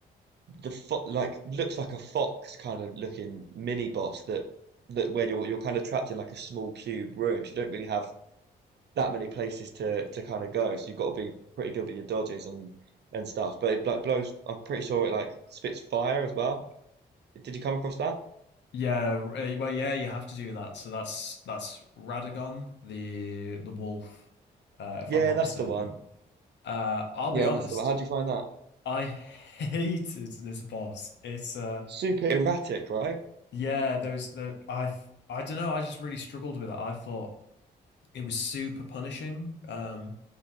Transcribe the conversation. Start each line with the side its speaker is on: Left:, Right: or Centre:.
Right: the fo like looks like a fox kind of looking mini boss that that where you're you're kind of trapped in like a small cube room, so you don't really have that many places to to kind of go. So you've got to be pretty good with your dodges and and stuff. But it like blows. I'm pretty sure it like spits fire as well. Did you come across that?
Left: Yeah, uh, well, yeah, you have to do that. So that's that's Radagon, the the wolf, uh, if
Right: Yeah,
Left: I'm not
Right: that's
Left: mistaken.
Right: the one.
Left: Uh, I'll
Right: Yeah,
Left: be honest,
Right: that's the one. How do you find that?
Left: I <laughs> hated this boss. It's uh,
Right: Super erratic, right?
Left: yeah, there was the I th- I don't know. I just really struggled with it. I thought it was super punishing. Um,